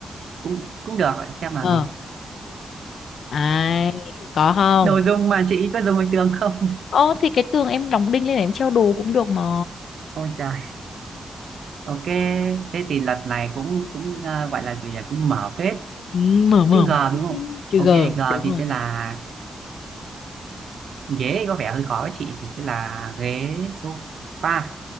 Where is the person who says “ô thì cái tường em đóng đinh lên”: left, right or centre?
Left